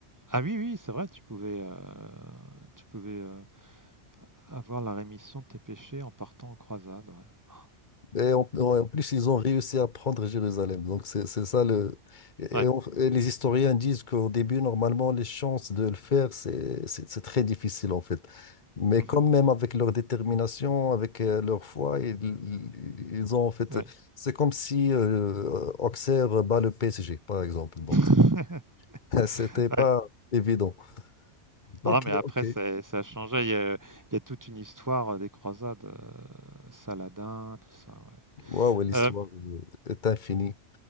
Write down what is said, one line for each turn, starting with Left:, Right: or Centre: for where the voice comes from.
Right: Ah oui, oui, c'est vrai, tu pouvais, euh, tu pouvais euh, avoir la rémission de tes péchés en partant en croisade. Ouais.
Left: Et en, en plus, ils ont réussi à prendre Jérusalem. Donc, c'est c'est ça le. Et,
Right: Ouais.
Left: on- et les historiens disent qu'au début, normalement, les chances de le faire, c'est c'est- c'est très difficile, en fait. Mais
Right: Mhm,
Left: quand même, avec leur détermination, avec euh, leur foi, ils, ils- ils ont, en fait.
Right: ouais.
Left: C'est comme si euh, Auxerre bat le PSG, par exemple. Donc,
Right: <laughs>
Left: <laughs> c'était pas
Right: Ouais,
Left: évident. Ok,
Right: Non, mais après,
Left: ok.
Right: ça, ça a changé. Il y a, il y a toute une histoire euh, des croisades, euh, Saladin, tout ça. ouais.
Left: Waouh, l'histoire
Right: Euh,
Left: euh, est infinie.